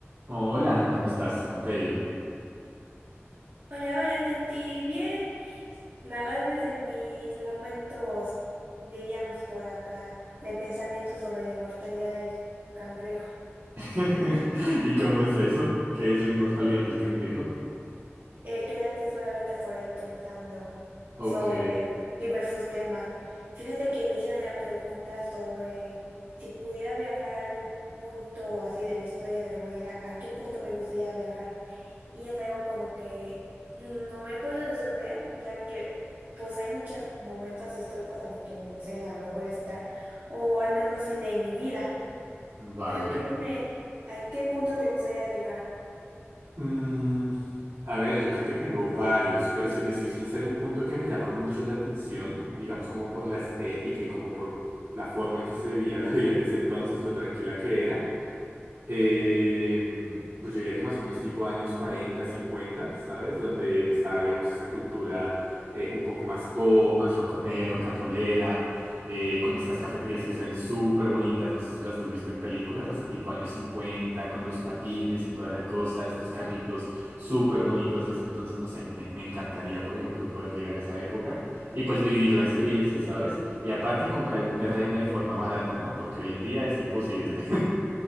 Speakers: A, on the right; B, on the right.
A: Hola Ana, ¿cómo estás? ¿Cómo te ha ido?
B: Hola, hola Santi, bien. Me agarras en mis momentos, diríamos por acá, de pensamiento sobre la inmortalidad del cangrejo.
A: <laughs> ¿Y cómo es eso? ¿Qué es la inmortalidad del cangrejo?
B: El quedarte solamente por ahí pensando
A: Ok,
B: sobre diversos temas. Fíjate que me hicieron la pregunta sobre si pudiera viajar a algún punto así de la historia de la humanidad, ¿a qué punto me gustaría viajar? y es algo como que no he podido resolver, ya que pues hay muchos momentos históricos en los que me gustaría a lo mejor estar, o al menos así de mi vida.
A: vale.
B: Pero tú dime, ¿a qué punto te gustaría llegar?
A: Mm, a ver, yo creo que tengo varios, pero si te soy sincero, un punto que me llama mucho la atención, digamos como por la estética y como por la forma en que se vivía la <laughs> vida en ese entonces, lo tranquila que era, Eh, pues yo diría que más o menos tipo años 40 cincuenta ¿sabes? Donde estaba, digamos, esta cultura eh, un poco más pop, más rock, and- eh, rock and rollera, eh, con estas cafeterías que se ven súper bonitas, no sé si las has visto en películas, así tipo años 50 con los patines y toda la cosa, estos carritos súper bonitos desde entonces, no sé, me, me encantaría, por ejemplo, poder llegar a esa época y pues vivir la experiencia, ¿sabes? Y aparte comprar un terreno de forma barata, ¿no? Porque hoy en día es imposible.